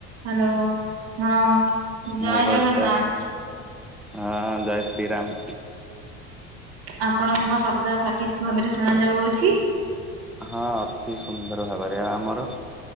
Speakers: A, on the right; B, in the centre.
A: Hello ହଁ ଜୟ
B: ମୋ ଭଏସ
A: ଜଗନ୍ନାଥ।
B: ଟା ହଁ ଜୟ ଶ୍ରୀ ରାମ।
A: ଆପଣଙ୍କ ମୋ ଶବ୍ଦ ସଠିକ ଭାବରେ ଶୁଣ ଯାଉଅଛି?
B: ହଁ ଅତି ସୁନ୍ଦର ଭାବରେ ଆମର